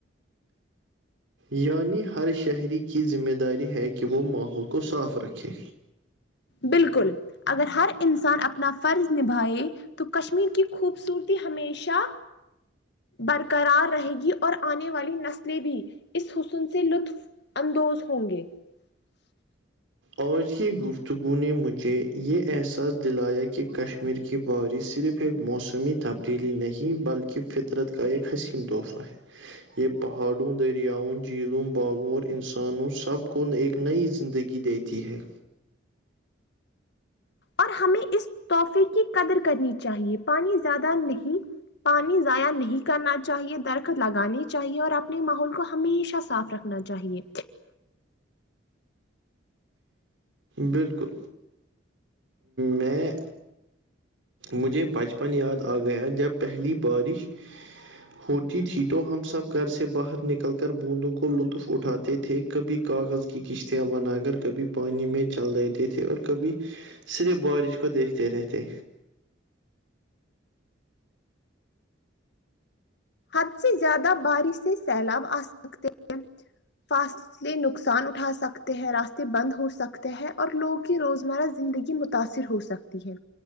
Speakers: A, on the right; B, on the left.
A: یعنی ہر شہری کی ذمہ داری ہے کہ وہ ماحول کو صاف رکھے
B: بالکل اگر ہر انسان اپنا فرض نبھائے تو کشمیر کی خوبصورتی ہمیشہ برقرار رہے گی اور آنے والی نسلیں بھی اس حسن سے لطف اندوز ہوں گے <inaudible>
A: آج کی گفتگو نے مجھے یہ احساس دلایا کہ کشمیر ك بورش صرف ایک موسمی تبدیلی نہیںی بلکہ فطرت کا ایک حسین تحفہ ہے یہ پہاڑوں دریاؤں جھیلوں باغوں اور انسانوں سب کو ایک نئی زندگی دیتی ہے
B: اور ہمیں اس تحفے کی قدر کرنی چاہیے پانی زیادہ نہیں پانی ضائع نہیں کرنا چاہیے درخت لگانی چاہیے اور اپنے ماحول کو ہمیشہ صاف رکھنا چاہیے
A: بالکل میں مجھے بچپن یاد آ گیا جب پہلی بارش
B: <inaudible>
A: ہوتی تھی تو ہم سب گھر سے باہر نکل کر بوندوں کو لطف اٹھاتے تھے کبھی کاغذ کی کشتیاں بنا کر کبھی پانی میں چل رہتے تھے اور کبھی صرف بارش کو دیکھتے رہتے
B: حد سے زیادہ بارش سے سیلاب آ سکتے ہیں فاصل اس لیے نقصان اٹھا سکتے ہیں راستے بند ہو سکتے ہیں اور لوگوں کی روزمرہ زندگی کہ متاثر ہو سک ہے ہے